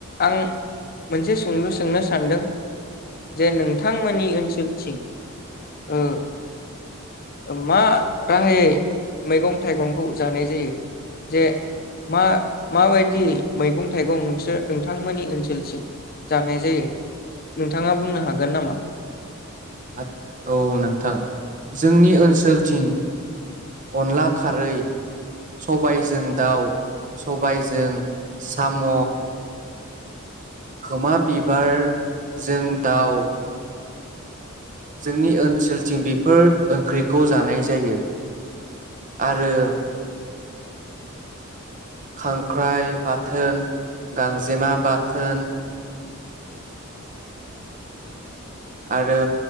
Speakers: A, on the left (about 45°); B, on the right (about 40°).
A: आं मोनसे सोंलु सोंनो सानदों जे नोंथांमोननि ओनसोलथिं ओ मा राहायै मैगं थाइगंखौ जानाय जायो जे मा माबायदि मैगं थाइगं नोंसोर नोंथांमोननि ओनसोलसिम जानाय जायो नोंथाङा बुंनो हागोन नामा?
B: आत औ नोंथां जोंनि ओनसोलथिं अनला खारै सबायजों दाउ सबायजों सा साम' खोमा बिबारजों दाउ जोंनि ओनसोल थिं बेफोर ओंख्रै खौ जानाय जायो। आरो खांख्राइ बाथोन, गांजेमा बाथ थोन, आरो